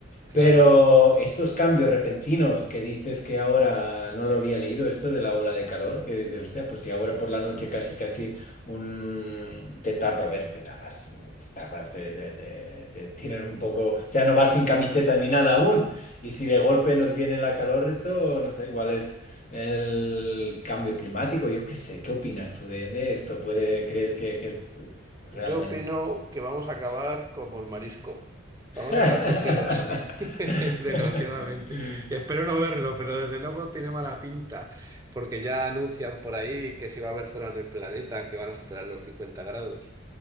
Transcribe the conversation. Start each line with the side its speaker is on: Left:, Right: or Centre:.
Right: Claro.
Left: Pero estos cambios repentinos que dices que ahora no lo había leído, esto de la ola de calor, que dices, hostia, pues si ahora por la noche casi casi un te tapa, a ver, te tapas, te tapas de, de, de- de tirar un poco, o sea, no vas sin camiseta ni nada aún. Y si de golpe nos viene la calor, esto, no sé, igual es el cambio climático, yo qué sé, ¿qué opinas tú de, de esto? ¿Puede, crees que, que es realmente?
Right: Yo opino que vamos a acabar como el marisco.
Left: <laughs>
Right: Vamos a acabar cocidos, <laughs> desgraciadamente. Y espero no verlo, pero desde luego tiene mala pinta, porque ya anuncian por ahí que sí va a haber zonas del planeta que van a superar los 50 grados.